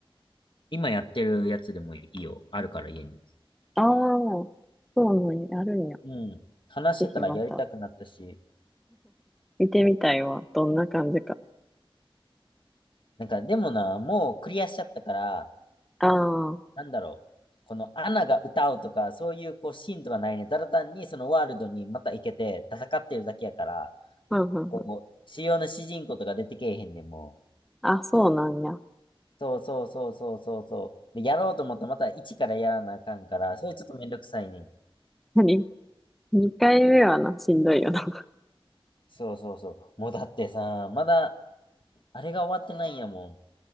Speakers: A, on the left (about 60°); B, in the centre.
A: 今やってるやつでもいいよ。あるから家に。
B: う。ああ、そうなんや、あるんや。
A: う。うん。話してたらやりたくなったし、
B: ぜひまた、見てみたいわ。どんな感じか。
A: なんか、でもな、もうクリアしちゃったから、
B: ああ、うん
A: なんだろう。このアナが歌うとか、そういうこうシーンとかないね。ただ単にそのワールドにまた行けて戦ってるだけやから、
B: うんうん。
A: こう、主要の主人公とか出てけえへんねんもう。
B: あ、そうなんや。
A: そうそうそうそうそうそう。で、やろうと思ったらまた一からやらなあかんから、それちょっとめんどくさいねん。
B: 何2回目はな、しんどいよな。
A: そうそうそう。もうだってさ、まだ、あれが終わってないんやもん。